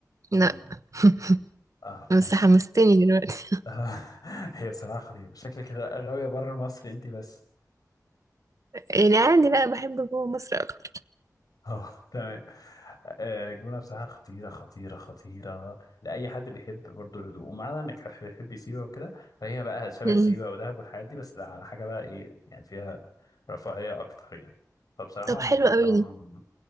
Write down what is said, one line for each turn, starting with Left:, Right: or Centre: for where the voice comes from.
Right: لا
Left: أمم،
Right: <laughs>
Left: اه
Right: بس
Left: ماشي
Right: حمستني دلوقتي
Left: آه، <laughs> هي صراحه خطيره شكلك غ- غاويه بره مصر انت بس
Right: يعني عادي لا بحب جوه مصر اكتر
Left: <laughs> اه تمام آه، الجونة بصراحة خطيرة خطيرة خطيرة لأي حد بيحب برضه الهدوء ومعنى إنك هتح- بتحب سيوة وكده فهي بقى شبه
Right: مم.
Left: سيوة ودهب والحاجات دي بس لا على حاجة بقى إيه يعني فيها رفاهية أكتر يعني فبصراحة
Right: طب
Left: هما
Right: حلو
Left: كلهم
Right: قوي دي